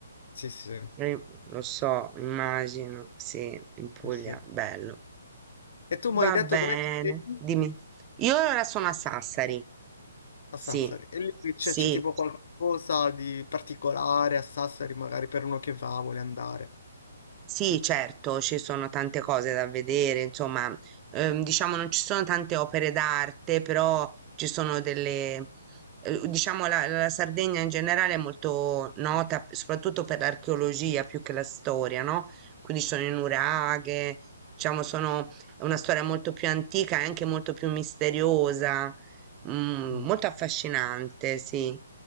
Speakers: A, on the left; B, on the right.
A: Sì, sì. Eh
B: eh, lo so, immagino, sì, in Puglia,
A: sì.
B: bello.
A: E tu mi
B: Va
A: hai detto
B: bene,
A: dov'è che sei?
B: dimmi. Io ora sono a Sassari.
A: A
B: Sì,
A: Sassari. E lì c'è
B: sì,
A: c'è tipo qualcosa di particolare a Sassari, magari per uno che va, vuole andare.
B: Sì, certo, ci sono tante cose da vedere, insomma, ehm, diciamo non ci sono tante opere d'arte, però ci sono delle, eh, diciamo la, la Sardegna in generale è molto nota p- soprattutto per l'archeologia più che la storia, no? Quindi ci sono le nuraghe, diciamo sono è una storia molto più antica e anche molto più misteriosa, mm,
A: Mm.
B: molto affascinante, sì.